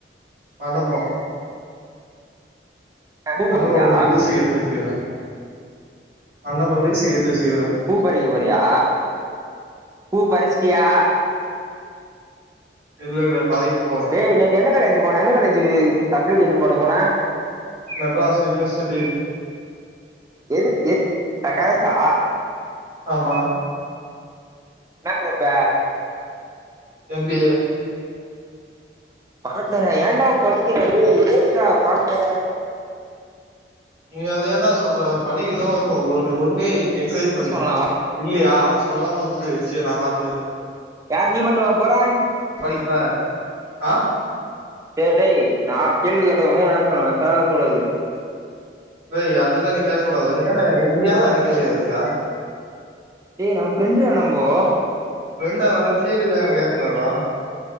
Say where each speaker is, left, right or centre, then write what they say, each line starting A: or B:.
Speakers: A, on the right; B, on the right.
A: மண்டபோ
B: அ பூ பறிக்கிறியா
A: மண்டபோ கொஞ்சோ லீஸுக்கு எத்து வச்சுக்குறே மண்டபோ லீஸுக்கு எத்து வச்சுக்குறே
B: பூப்பறிக்க போறியா? பூ பறிசிட்டியா
A: இல்லல்ல பறிக்க போ
B: டே நேத்து எந்த காலேஜ்ஜு போன எந்த காலேஜ்ஜு நீ அப்ளிகேஷன் போட போன
A: மெட்ராஸ் யூனிவர்சிட்டி
B: எது எது அ கலசா
A: ஆமா
B: என்ன க்ரூப்பு
A: எம் பி ஏ
B: பக்கத்ர ஏன்டா படிக்கிற டேய் ஏத்ரா பாட்னர
A: நீ அத ஏன்டா சொல்ற படிக்கணு ஒன்னு ஒன்னே எக்சைஸ் பண்ணு
B: சொல்லலாம்
A: இல்லையா சொல்லாம உட்ரு சேரி நா பாத்துக்கறே
B: யார் நீ மட்டுமா போற
A: படிப்ப ஆ
B: சேரி டேய் நா கேள்வி கேட்டவங்க என்ன சொல்லுவே <unintelligible> சொல்றது
A: ஏய் அதெல்லா நீ கேக்க கூடாது நீ ஏன்டா நீ யார்ரா என்ன கேள்வி கேக்குறதுக்கு
B: டேய் நம் ஃப்ரெண்ட்ரா நம்போ
A: ஃப்ரெண்டாவான கேள்விலா என்ன கேக்க கூடாதா